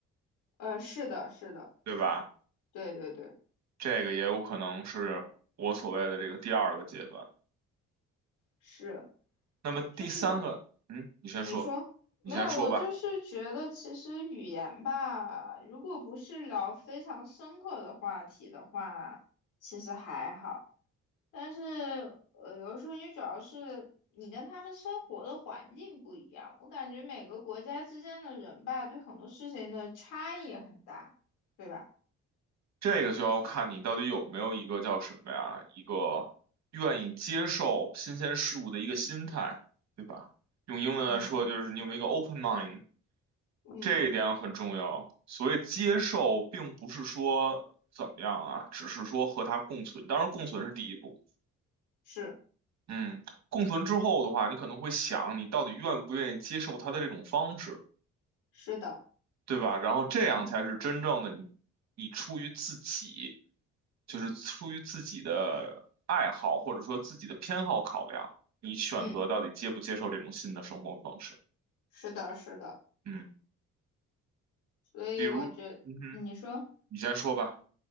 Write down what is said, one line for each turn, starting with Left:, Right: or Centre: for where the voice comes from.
Left: 呃，是的，是的，
Right: 对吧？
Left: 对对对，
Right: 这个也有可能是我所谓的这个第二个阶段。
Left: 是，
Right: 那么第三个，
Left: 就是
Right: 嗯，你先说，
Left: 说没有，
Right: 你先说吧。
Left: 我就是觉得其实语言吧，如果不是聊非常深刻的话题的话，其实还好。但是呃，有时候你主要是你跟他们生活的环境不一样，我感觉每个国家之间的人吧，对很多事情的差异很大，对吧？
Right: 这个就要看你到底有没有一个叫什么呀，
Left: 嗯
Right: 一个愿意接受新鲜事物的一个心态，对吧？用英文来说，
Left: 嗯
Right: 就是你有没有一个 open mind，
Left: 嗯，
Right: 这一点很重要。所谓接受，并不是说怎么样啊，只是说和它共存。当然，共存是第一步。
Left: 是
Right: 嗯，共存之后的话，你可能会想，你到底愿不愿意接受它的这种方式？
Left: 是的，
Right: 对吧？然后这样才是真正的你，
Left: 嗯。
Right: 你出于自己，就是出于自己的爱好或者说自己的偏好考量，你选择到底接不接受这种新的生活方式。
Left: 嗯。是的，是的，
Right: 嗯，
Left: 所以我觉你说
Right: 比如，嗯哼，你先说吧。